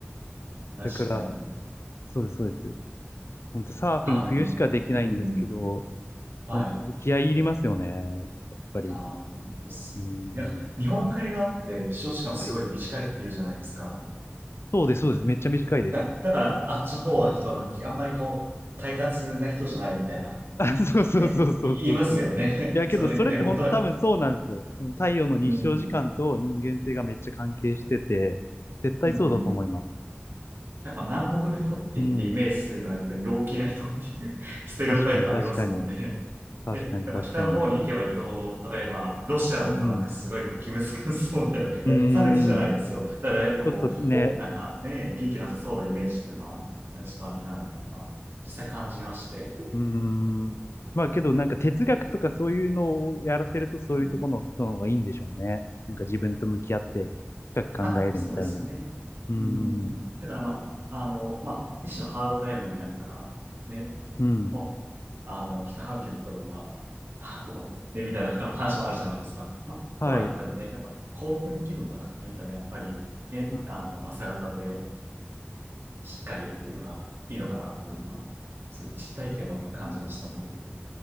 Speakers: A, on the right (about 55°); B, on the left (about 70°).
A: 確かに。
B: だから、そうです、そうです。ほんとサーフィン冬しかできないんですけど、
A: あの、うん、はい。
B: 本当気合い入りますよね。やっぱり。
A: ああです。
B: うん。
A: いや、日本海側って日照時間すごい短いっていうじゃないですか。
B: はい。そうです、そうです。めっちゃ短いです。
A: だ、だから、あっちの方は人はなんか、あんまりこう、快活な人じゃないみたいな、
B: <laughs> あ、そうそうそうそうそうそう。
A: ね、い言いますよね。
B: いや、
A: <laughs> それね、
B: けどそれって本当多分そうなんですよ。
A: 本当なんか、
B: その太陽の日照時間と人間性がめっちゃ関係してて、
A: うん、
B: 絶対そうだと思います。
A: うん。なんか南国の人って言ってイメージするのはやっぱり陽気な人っていう
B: うん。
A: <laughs> ステレオタイプありますもんね。
B: 確かに、確かに。確かに、
A: で、やっぱ北の方に行けば行くほど、
B: 確かに。
A: 例えばロシアの人なんかすごいこう気難しそうみたいな、
B: うん。
A: いや、
B: うーん。
A: 差別じゃないですよ。
B: ち
A: だからやっぱこう、
B: ょっとね、
A: お、なんかね、元気なさそうなイメージっていうのは、なんかちょっとあるな、っていうのは実際感じまして。
B: うーん。まあけどなんか哲学とかそういうのをやらせるとそういうところの人の方がいいんでしょうね。
A: うん
B: なんか自分と向き合って深く考えるみたいな。
A: まあ、そうですね。
B: うーん。
A: うん。だからまあ、あの、まあ、一種のハードタイムになったら、ね、
B: うん。
A: もう、あの、北半球の人が、あの、ね、みたいな人の話もあるじゃないですか。まあ、
B: はい。
A: とは言ってもね、やっぱ興奮気分から考えたら、やっぱりね、ね、
B: うん
A: あの、朝方でしっかりっていうのがいいのかなっていうのは、そういう実体験を持って感じましたね。